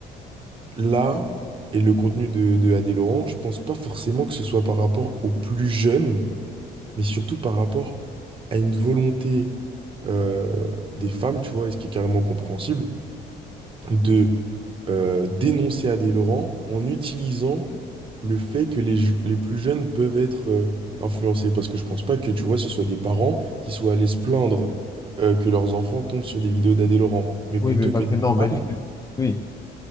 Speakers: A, on the right; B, on the left.
A: là, et le contenu de, de Adé Laurent, je pense pas forcément que ce soit par rapport aux plus jeunes, mais surtout par rapport à une volonté euh, des femmes, tu vois, et ce qui est carrément compréhensible, de euh, dénoncer Adé Laurent en utilisant le fait que les, ju- les plus jeunes peuvent être euh, influencés. Parce que je pense pas que, tu vois, ce soit des parents qui soient allés se plaindre euh, que leurs enfants tombent sur des vidéos d'Adé Laurent, mais
B: Oui,
A: plutôt
B: mais pas
A: que
B: que
A: des
B: non, mais
A: femmes.
B: je- oui.